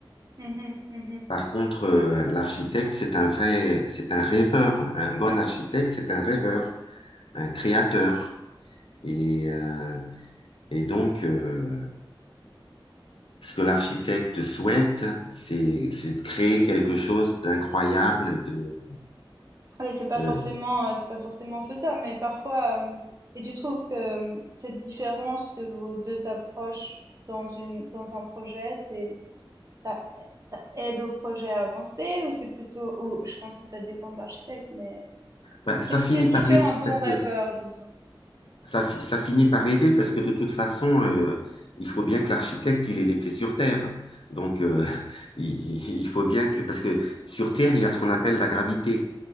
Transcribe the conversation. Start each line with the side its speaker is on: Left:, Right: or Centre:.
Right: mhm, mhm,
Left: Par contre, euh, l'architecte, c'est un vrai, c'est un rêveur. Un bon architecte, c'est un rêveur, un créateur.
Right: mhm.
Left: Et, euh, et donc, euh, ce que l'architecte souhaite, c'est c'est de créer quelque chose d'incroyable et de.
Right: Oui, c'est pas
Left: euh,
Right: forcément, euh, c'est pas forcément faisable, mais parfois. euh, et tu trouves que euh, cette différence de vos deux approches dans une, dans un projet, c'est, ça, ça aide au projet à avancer ou c'est plutôt, ou je pense que ça dépend de l'architecte, mais
Left: ben, ça
Right: qu'est-ce,
Left: finit
Right: qu'est-ce qui
Left: par
Right: fait un bon
Left: parce
Right: rêveur,
Left: que
Right: disons?
Left: Ça, fi- ça finit par aider parce que de toute façon, euh, il faut bien que l'architecte, il ait les pieds sur terre. Donc, euh, <laughs> il, il faut bien que, parce que sur Terre, il y a ce qu'on appelle la gravité.